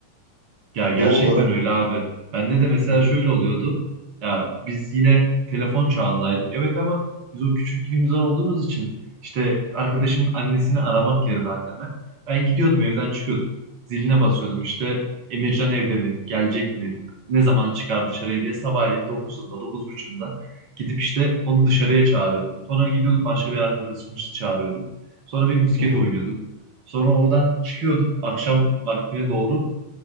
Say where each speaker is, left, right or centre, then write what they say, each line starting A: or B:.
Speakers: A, on the right; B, on the right.
A: Ya
B: E,
A: gerçekten
B: Doğal olarak
A: öyle abi. Bende de mesela
B: Hı hı.
A: şöyle oluyordu. Ya biz yine telefon çağındaydık. Evet ama biz o küçüklüğümüzden olduğumuz için işte arkadaşımın annesini aramak yerine anneme ben gidiyordum evden çıkıyordum. Ziline basıyordum işte Emircan evde mi? Gelecek mi? Ne zaman çıkar dışarıya diye sabahleyin dokuzunda dokuz 9.30'da gidip işte onu dışarıya çağırıyordum. Sonra gidiyorduk başka bir arkadaşımı çağırıyorduk. Sonra bir misket
B: Hı hı.
A: oynuyorduk. Sonra oradan çıkıyorduk akşam vaktine doğru.